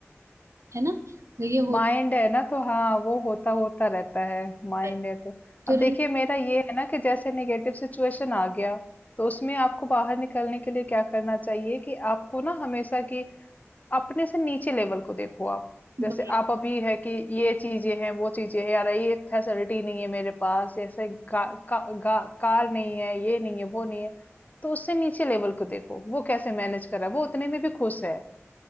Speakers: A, on the right (about 80°); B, on the left (about 35°).
A: है ना तो ये होता
B: माइंड है ना तो हाँ वो होता होता रहता है माइंड
A: है
B: है तो
A: तुरंत
B: अब देखिए मेरा ये है ना कि जैसे नेगेटिव सिचुएशन आ गया तो उसमें आपको बाहर निकलने के लिए क्या करना चाहिए कि आपको ना हमेशा की अपने से नीचे लेवल को देखो आप जैसे
A: वही
B: आप अभी है कि ये चीजें हैं वो चीजें हैं यार ये फैसिलिटी नहीं है मेरे पास ऐसे गा, का, गा, कार नहीं है ये नहीं है वो नहीं है तो उससे नीचे लेवल को देखो वो कैसे मैनेज कर रहा है वो उतने में भी खुश है